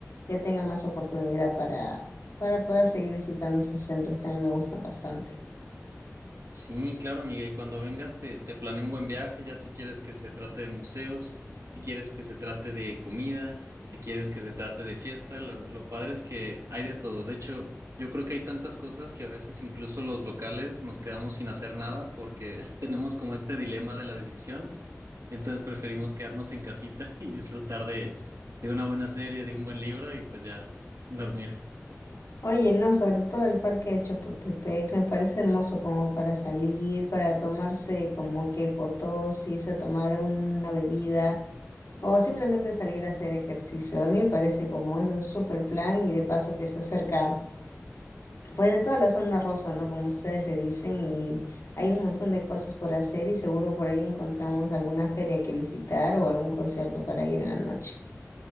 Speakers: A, on the left; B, on the right.
A: ya tenga más oportunidad para, para poder seguir visitando esos centros que a mí me gustan bastante.
B: Sí, claro, amiga. Y cuando vengas, te, te planeo un buen viaje, ya si quieres que se trate de museos, si quieres que se trate de comida, si quieres que se trate de fiesta. Lo, lo padre es que hay de todo. De hecho, yo creo que hay tantas cosas que a veces incluso los locales nos quedamos sin hacer nada porque <laughs> tenemos como este dilema de la decisión. Entonces preferimos quedarnos en casita <laughs> y disfrutar de, de una buena serie, de un buen libro y pues ya dormir.
A: Oye, no, sobre todo el parque de Chapultepec me parece hermoso como para salir, para tomarse como que fotos, irse a tomar una bebida o simplemente salir a hacer ejercicio. A mí me parece como es un super plan y de paso que está cerca, pues de toda la zona rosa, ¿no? Como ustedes le dicen y hay un montón de cosas por hacer y seguro por ahí encontramos alguna feria que visitar o algún concierto para ir en la noche.